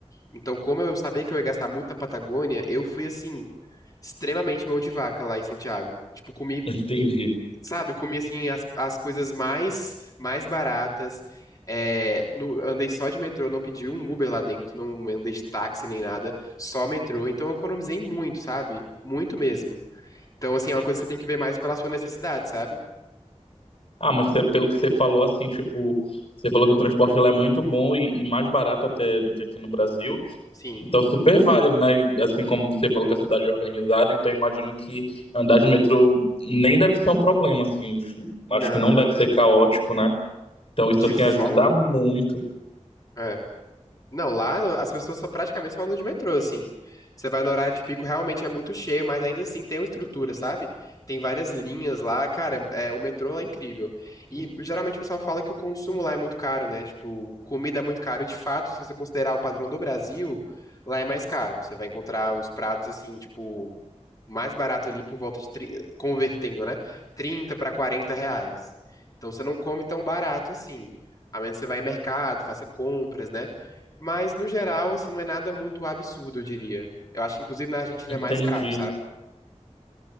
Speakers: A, on the left; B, on the left.
A: Então, como eu sabia que eu ia gastar muito na Patagônia, eu fui assim, extremamente mão de vaca lá em Santiago. Tipo, comi,
B: <laughs> Entendi.
A: sabe, comi assim as, as coisas mais mais baratas. É, no- andei só de metrô, não pedi um Uber lá dentro, não andei de táxi nem nada, só metrô. Então eu economizei muito, sabe? Muito mesmo. Então, assim, é uma coisa que você tem que ver mais pela sua necessidade, sabe?
B: Ah, mas cê- pelo que você falou, assim, tipo, você falou que o transporte lá é muito bom e, e mais barato até do que aqui no Brasil.
A: Sim.
B: Então, super válido, né? Assim como você falou que a cidade é organizada, então imagino que andar de metrô nem deve ser um problema, assim. Acho
A: Não,
B: acho que não deve ser caótico, né? Então, isso,
A: de
B: assim,
A: forma
B: ajuda
A: alguma.
B: muito.
A: É. Não, lá as pessoas só praticamente só andam de metrô, assim. Você vai no horário de pico, realmente é muito cheio, mas ainda assim tem uma estrutura, sabe? Tem várias linhas lá, cara, é, o metrô lá é incrível. E geralmente o pessoal fala que o consumo lá é muito caro, né? Tipo, comida é muito caro, e de fato, se você considerar o padrão do Brasil, lá é mais caro. Você vai encontrar uns pratos, assim, tipo, mais barato ali por volta de, tri- convertendo, né? trinta para quarenta reais. Então você não come tão barato assim. A menos que você vá em mercado, faça compras, né? Mas no geral, assim, não é nada muito absurdo, eu diria. Eu acho que inclusive na Argentina
B: Entendi,
A: é mais caro, sabe?